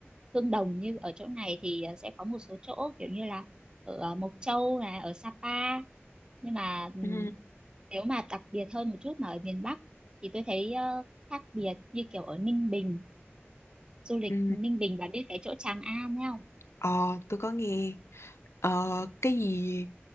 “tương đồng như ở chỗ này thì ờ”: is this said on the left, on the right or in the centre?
Right